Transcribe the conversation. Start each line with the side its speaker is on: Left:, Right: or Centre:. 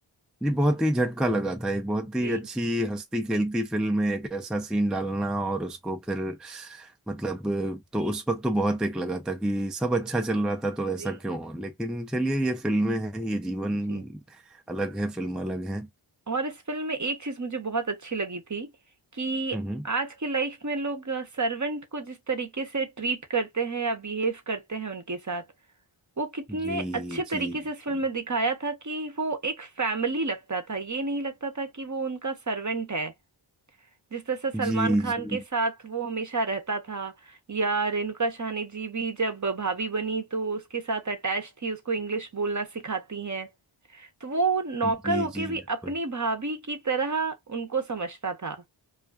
Centre: जी बहुत ही झटका लगा था एक बहुत ही
Right: जी
Centre: अच्छी हंसती खेलती फिल्म में एक ऐसा सीन डालना और उसको फिर मतलब तो उस वक्त तो बहुत एक लगा था कि सब अच्छा चल रहा था तो
Right: जी
Centre: ऐसा क्यों हो लेकिन चलिए ये फिल्में हैं ये जीवन
Right: जी
Centre: अलग है फिल्म अलग है
Right: और इस फिल्म में एक चीज मुझे बहुत अच्छी लगी थी कि
Centre: हम्म
Right: आज के लाइफ में लोग सर्वेंट को जिस तरीके से ट्रीट करते हैं या बिहेव करते हैं उनके साथ वो कितने
Centre: जी
Right: अच्छे
Centre: जी
Right: तरीके से इस फिल्म
Centre: जी
Right: में दिखाया था कि वो एक फैमिली लगता था ये नहीं लगता था कि वो उनका सर्वेंट है जिस तरह से सलमान
Centre: जी
Right: खान
Centre: जी
Right: के साथ वो हमेशा रहता था या रेणुका साहनी जी भी जब भाभी बनी तो उसके साथ अटैच थी उसको इंग्लिश बोलना सिखाती हैं तो वो नौकर
Centre: जी
Right: होके
Centre: जी
Right: भी
Centre: बिल्कुल
Right: अपनी भाभी की तरह उनको समझता था